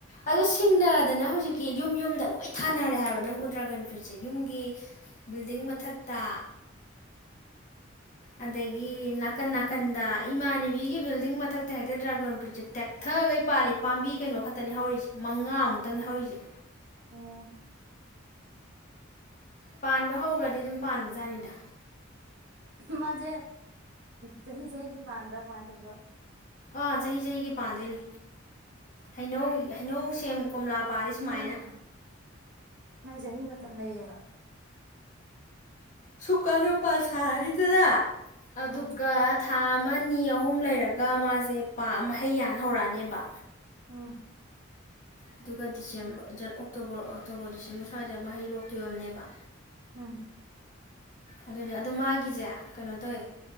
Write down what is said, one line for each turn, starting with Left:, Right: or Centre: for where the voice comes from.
Left: ꯑꯗꯨ ꯁꯤꯡꯅꯗꯅ ꯍꯧꯖꯤꯛꯀꯤ ꯌꯨꯝ ꯌꯨꯝꯗ ꯂꯣꯏ ꯊꯥꯅꯔꯦ ꯍꯥꯏꯕ ꯅꯪꯕꯨ ꯗ꯭ꯔꯥꯒꯟ ꯐ꯭ꯔꯨꯏꯠꯁꯦ ꯌꯨꯝꯒꯤ ꯕꯤꯜꯗꯤꯡ ꯃꯊꯛꯇ ꯑꯗꯒꯤ ꯅꯥꯀꯟ ꯅꯥꯀꯟꯗ ꯏꯃꯥꯟꯅꯕꯤꯒꯤ ꯕꯤꯜꯗꯤꯡ ꯃꯊꯛꯇ ꯍꯦꯛꯇ ꯗ꯭ꯔꯥꯒꯣꯟ ꯐ꯭ꯔꯨꯔꯤꯠꯁꯦ ꯇꯦꯛꯊꯒꯩ ꯄꯥꯜꯂꯤ ꯄꯥꯝꯕꯤ ꯀꯩꯅꯣ ꯈꯛꯇꯅꯤ ꯍꯧꯔꯤꯁꯦ ꯃꯉꯥꯃꯨꯛꯇꯪꯅꯤ ꯍꯧꯔꯤꯁꯦ
Right: ꯎꯝ
Left: ꯄꯥꯟꯕ ꯍꯧꯈ꯭ꯔꯗꯤ ꯑꯗꯨꯝ ꯄꯥꯟꯕꯖꯥꯠꯅꯤꯗ
Right: ꯃꯥꯁꯦ ꯆꯍꯤ ꯆꯍꯤꯒꯤ ꯄꯥꯝꯕ꯭ꯔꯥ ꯀꯃꯥꯏꯅ ꯇꯧꯒꯦꯕ
Left: ꯑꯥ ꯆꯍꯤ ꯆꯍꯤꯒꯤ ꯄꯥꯟꯗꯣꯏꯅꯤ ꯍꯩꯅꯧ ꯍꯩꯅꯧ ꯁꯦꯝ ꯀꯣꯝꯂꯥ ꯄꯥꯜꯂꯤ ꯁꯨꯃꯥꯏꯅ
Right: ꯎꯝ ꯃꯥꯏ ꯖꯍꯤ ꯃꯠ ꯇꯝ ꯅꯩꯌꯦꯕ
Left: ꯁꯨꯝꯀꯥꯟꯗ ꯃꯄꯥꯟ ꯁꯔꯅꯤꯗꯅ ꯑꯗꯨꯒ
Right: ꯎꯝ
Left: ꯊꯥ ꯑꯃ ꯅꯤ ꯑꯍꯨꯝ ꯂꯩꯔꯒ ꯃꯥꯁꯦ ꯄꯥꯥꯝ ꯃꯍꯩꯌꯥꯟ ꯍꯧꯔꯛꯑꯅꯦꯕ
Right: ꯎꯝ
Left: ꯑꯗꯨꯒꯗꯤꯁꯦꯝꯕ ꯑꯣꯛꯇꯣꯕꯔ ꯑꯣꯛꯇꯣꯕꯔ ꯗꯤꯁꯦꯝꯕꯔ ꯁ꯭ꯋꯥꯏꯗ ꯃꯍꯩ ꯂꯣꯛꯇꯣꯏꯑꯣꯏꯝꯅꯦꯕ
Right: ꯎꯝ
Left: ꯑꯗꯨꯅꯦ ꯑꯗꯨ ꯃꯥꯒꯤꯖꯦ ꯀꯩꯅꯣ ꯇꯧꯋꯦ